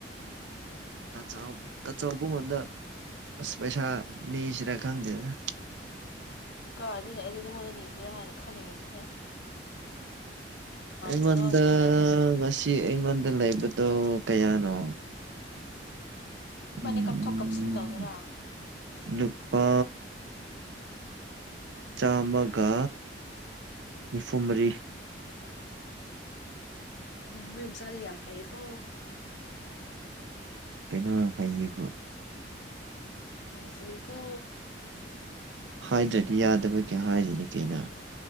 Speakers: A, on the right; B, on the left.
A: ꯇꯥ ꯆꯥꯎ ꯇꯥ ꯆꯥꯎꯕ ꯅꯪꯉꯣꯡꯗ ꯑꯁ ꯄꯩꯁꯥ ꯅꯤꯁꯤꯔꯥ ꯈꯪꯗꯦꯗ
B: ꯀꯥꯏꯗꯩ ꯑꯩꯗꯤ ꯅꯪꯉꯣꯟꯗ ꯅꯤꯁꯤꯔꯥ ꯍꯥꯏꯅ ꯈꯜꯂꯤꯉꯩ ꯁꯤꯗ
A: ꯑꯩꯉꯣꯟꯗ
B: ꯀꯩꯅꯣꯁꯦ
A: ꯉꯁꯤ ꯁꯤ ꯑꯩꯉꯣꯟꯗ ꯂꯩꯕꯗꯣ ꯀꯌꯥꯅꯣ
B: ꯏꯕꯥꯟꯅꯤ
A: ꯎꯝ
B: ꯀꯞꯊꯣꯛ ꯀꯞꯁꯤꯟ ꯇꯧꯁꯤꯔꯥ
A: ꯂꯨꯄꯥ ꯆꯥꯝꯃꯒ ꯅꯤꯐꯨ ꯃꯔꯤ
B: ꯎꯝ ꯃꯣꯏ ꯃꯆꯥꯗꯤ ꯌꯥꯝ ꯍꯩꯌꯦꯀꯣ
A: ꯀꯩꯅꯣ ꯍꯩꯌꯦꯕꯨ
B: ꯌꯥꯝ ꯍꯩꯀꯣ
A: ꯍꯥꯏꯗ꯭ꯔꯗꯤ ꯌꯥꯗꯕꯒꯤ ꯍꯥꯏꯔꯤꯅꯤ ꯀꯩꯅꯣ